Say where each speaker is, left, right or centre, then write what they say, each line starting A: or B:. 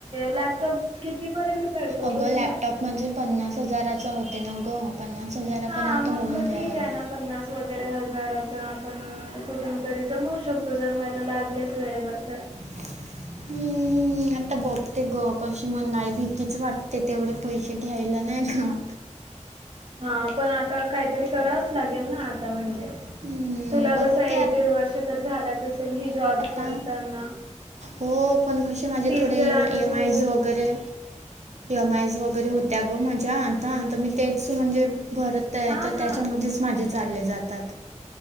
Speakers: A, on the right (about 45°); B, on the right (about 65°).
A: लॅपटॉप कितीपर्यंत. मिळतो
B: अगं
A: ग तुला?
B: लॅपटॉप म्हणजे पन्नास हजाराचा होते न गं. पन्नास हजारापर्यंत
A: हा मग
B: होऊन जाईल.
A: ठीक आहे ना पन्नास वगैरे हजाराच आपण कुठून तरी जमवू शकतो जर मला लागलेच वेळेवर तर.
B: हम्म, हम्, आता बघते ग कशी मणई भीतीच वाटते पैसे नाही का.
A: हा, पण आता लागेल ना आता म्हणजे
B: हम्म,
A: तुला
B: बघते
A: कस एक दीड वर्ष तर झालाच असेल ही जॉब
B: आता
A: करताना.
B: हो पण कसे माझे
A: तीच
B: थोडे
A: जर
B: ए
A: आता
B: एम
A: तू
B: आयज वगैरे. एम आय वगैरे होत्या ग माझ्या आता मी तेच म्हणजे भरत. तर
A: हा
B: तर त्याच्यामध्येच
A: हा.
B: माझे चालले जातात.